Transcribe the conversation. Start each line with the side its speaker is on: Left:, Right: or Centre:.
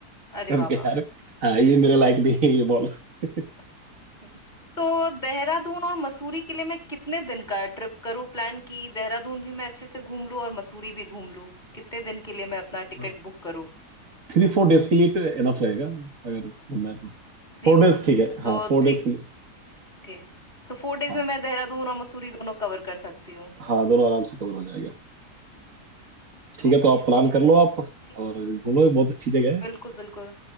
Left: अरे
Right: हम
Left: बाबा
Right: कहे यार हाँ ये मेरे लायक नहीं है ये मॉल <laughs>
Left: <laughs> तो देहरादून और मसूरी के लिए मैं कितने दिन का ट्रिप करूँ प्लान की देहरादून भी मैं अच्छे से घूम लूँ और मसूरी भी घूम लूँ कितने दिन के लिए मैं अपना टिकट
Right: हाँ
Left: बुक करूँ
Right: थ्री फोर डेज के लिए तो एनफ रहेगा अगर घूमना है तो
Left: थ्री
Right: फोर डेज ठीक है हाँ
Left: तो
Right: फोर
Left: थ्री
Right: डेज के लिए
Left: ओके तो फोर डेज
Right: हाँ
Left: में मैं देहरादून और मसूरी दोनों कवर कर सकती हूँ
Right: हाँ दोनों आराम से कवर हो जाएगा ठीक
Left: ओके
Right: है तो आप
Left: ओके
Right: प्लान कर लो आप
Left: ठीक
Right: और घूमो बहुत अच्छी जगह
Left: बिल्कुल
Right: है
Left: बिल्कुल